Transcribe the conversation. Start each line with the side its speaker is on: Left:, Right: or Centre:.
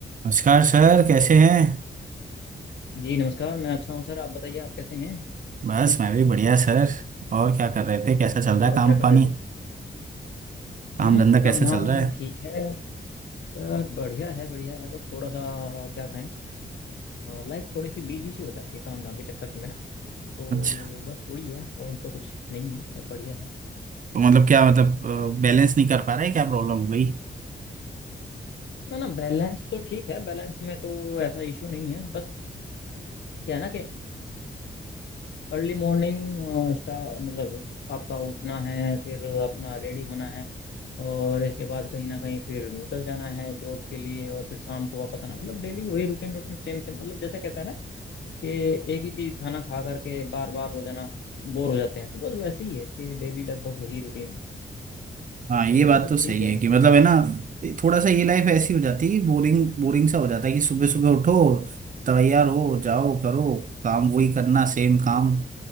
Right: नमस्कार सर कैसे हैं
Left: जी नमस्कार मैं अच्छा हूँ सर आप बताइए आप कैसे हैं
Right: बस मैं भी बढ़िया सर और क्या कर रहे थे कैसा चल रहा
Left: और
Right: है काम
Left: क्या कर
Right: पानी
Left: रहे थे
Right: काम
Left: हम्म
Right: धंधा
Left: काम
Right: कैसा
Left: धाम
Right: चल रहा है
Left: ठीक है सर बढ़िया है बढ़िया है बस थोड़ा सा क्या कहें लाइफ थोड़ी सी बिजी सी हो जाती है काम धाम के चक्कर में ना तो
Right: अच्छा
Left: बस वही है और तो कुछ नहीं है सब बढ़िया है
Right: तो मतलब क्या मतलब बैलेंस नहीं कर पा रहे क्या प्रॉब्लम हो गई
Left: ना ना बैलेंस तो ठीक है बैलेंस में तो ऐसा इशू नहीं है बस क्या है ना कि अर्ली मॉर्निंग स्टा मतलब आपका उठना है फिर अपना रेडी होना है और इसके बाद कहीं ना कहीं फिर निकल जाना है जॉब के लिए और फिर शाम को वापस आना मतलब डेली वही रूटीन रूटीन सेम सेम मतलब जैसे कहते हैं ना कि एक ही चीज खाना खा करके बार बार रोजाना बोर हो जाते हैं तो बस वैसे ही है कि डेली लगभग वही रूटीन है
Right: हाँ ये
Left: और
Right: बात
Left: तो सब
Right: तो सही
Left: ठीक है
Right: है
Left: वैसे
Right: कि मतलब
Left: तो
Right: है ना थोड़ा सा ये लाइफ ऐसी हो जाती है बोरिंग बोरिंग सा हो जाता है कि सुबह सुबह उठो तैयार हो जाओ करो काम वही करना सेम काम